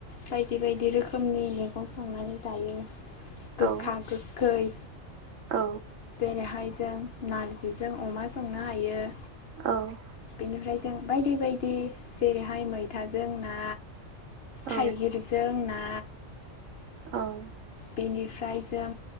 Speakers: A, on the left; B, on the right.
A: बायदि बायदि रोखोमनि मैगं संनानै जायो गोखा
B: औ
A: गोखै
B: औ
A: जेरैहाय जों नारजिजों अमा संनो हायो
B: औ
A: बेनिफ्राय जों बायदि बायदि जेरैहाय मैथाजों ना
B: औ
A: थाइगिरजों ना
B: औ
A: बेनिफ्राय जों